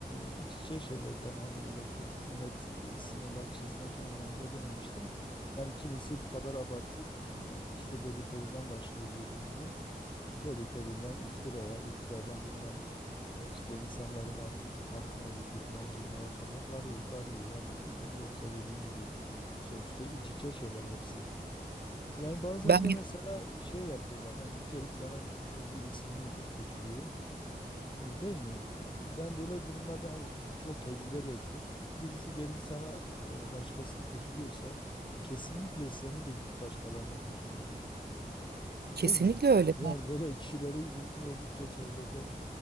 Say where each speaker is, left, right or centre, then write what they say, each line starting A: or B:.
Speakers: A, on the left (about 30°); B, on the right (about 85°).
A: e, iç içe şeyler. Ben hani öyle çok net e, sınırlar çizmek anlamında dememiştim. Yani kimisi bu kadar abartıp e, işte dedikodudan başlıyor dediğin gibi. Dedikodudan iftiraya, iftiradan bilmem E, işte insanların artık hakkına, hukukuna girmeye kadar varıyor, varıyor. Yani yoksa dediğin gibi sonuçta iç içe şeyler hepsi. Yani bazen
B: Ben
A: de mesela şey yapıyorlar hani gelip sana e, birisini kötülüyor. E, Değil mi? Ben böyle durumlarda hani te- çok tecrübe de ettim. Birisi gelip sana e, başkasını kötülüyorsa kesinlikle seni de gidip başkalarına kötülüyordur.
B: kesinlikle
A: Değil mi?
B: öyle.
A: Yani böyle kişileri mümkün oldukça çevreden